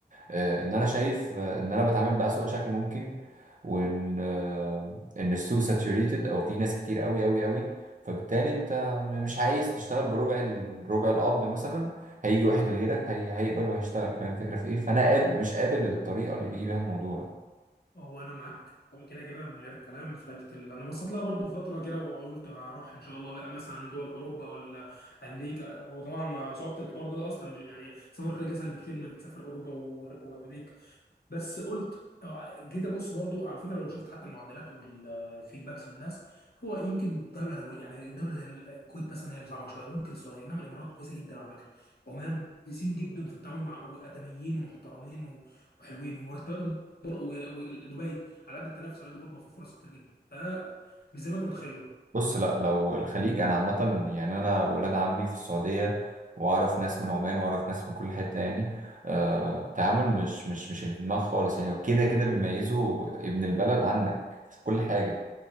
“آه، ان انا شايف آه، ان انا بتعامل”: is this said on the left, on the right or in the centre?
Right